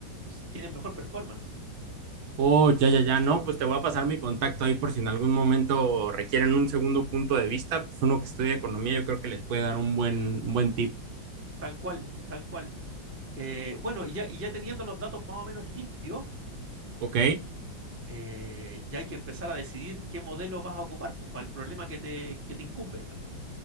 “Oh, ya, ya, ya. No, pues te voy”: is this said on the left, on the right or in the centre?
Right